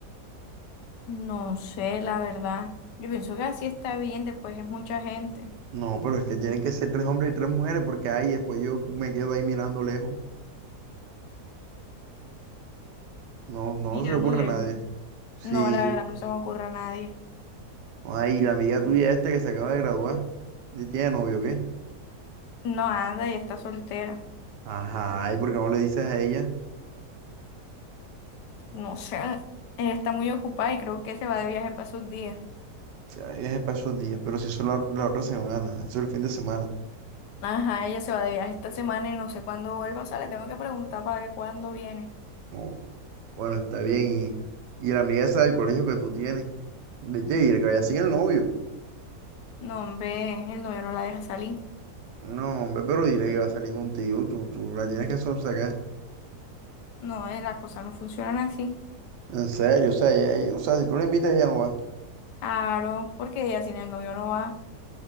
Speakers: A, on the left; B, on the right.
A: No sé, la verdad. Yo pienso que así está bien, después es mucha gente.
B: No, pero es que tienen que ser tres hombres y tres mujeres, porque ay, después yo me quedo ahí mirando lejos. No, no
A: mirando
B: se le ocurre
A: lejos.
B: a nadie. Sí,
A: No, la verdad no se me ocurre a nadie.
B: ay, la amiga tuya esta que se acaba de graduar, ¿ya ¿tiene novio o qué?
A: No anda y está soltera.
B: Ajá, ¿y por qué no le dices a ella?
A: No sé, ella está muy ocupada y creo que se va de viaje para esos días.
B: Ya es para esos días, pero si eso es la, la otra semana, eso es el fin de semana.
A: Ajá, ella se va de viaje esta semana y no sé cuándo vuelva. O sea, le tengo que preguntar para ver cuándo viene.
B: Oh, bueno, está bien. Y, y la amiga esa del colegio que tú tienes, de qué, dile que vaya sin el novio.
A: No, hombre, el novio no la deja salir.
B: No, hombre, pero dile que va a salir contigo, tú, tú la tienes que sonsacar.
A: No, eh, las cosas no funcionan así.
B: En serio, o sea, ella- ella- o sea, si tú la invitas, ella no va.
A: Aro, porque ella sin el novio no va.